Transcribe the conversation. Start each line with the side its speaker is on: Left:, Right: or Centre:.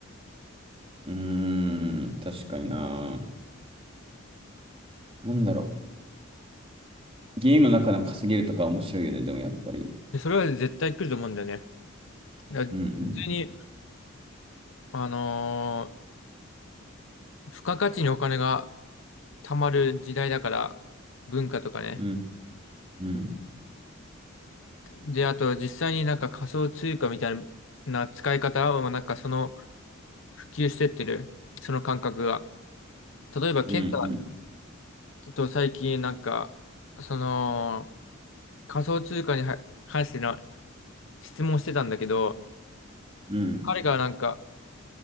Right: うん。うーん、確かにな。なんだろう。ゲームの中の稼げるとか面白いよね、でもやっぱり。
Left: で、それは絶対来ると思うんだよね。だから普通に、
Right: うんうん
Left: あのー付加価値にお金が貯まる時代だから、文化とかね。
Right: うんうん
Left: で、あと実際になんか仮想通貨みたいな使い方は、なんかその普及してってる、その感覚が。例えば、ケンタ
Right: うん
Left: と最近なんか、その、仮想通貨には関しての質問してたんだけど、
Right: うんうん
Left: 彼がなんか、